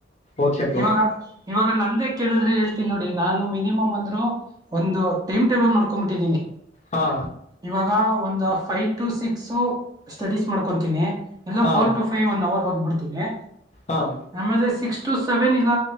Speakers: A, on the left; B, on the right.
A: ಓಕೆ ಬ್ರೋ
B: ಇವಾಗ. ಇವಾಗ ನಂದೇ ಕೇಳಿದ್ರೆ ಹೇಳ್ತೀನಿ ನೋಡಿ ನಾನು ಮಿನಿಮಮ್ ಅಂದ್ರು ಒಂದು ಟೈಮ್ ಟೇಬಲ್ ಮಾಡ್ಕೊಂಡ್ ಬಿಟ್ಟಿದ್ದೀನಿ.
A: ಹಾ
B: ಇವಾಗ ಒಂದು ಫೈವ್ ಟು ಸಿಕ್ಸ್ ಸ್ಟಡೀಸ್ ಮಾಡ್ಕೊತೀನಿ. ಎಲ್ಲ
A: ಹಾ
B: four to five one hour ಓದ್ಬಡ್ತೀನಿ.
A: ಹಾ
B: ಆಮೇಲೆ ಸಿಕ್ಸ್ ಟು ಸೆವೆನ್ ಇಲ್ಲ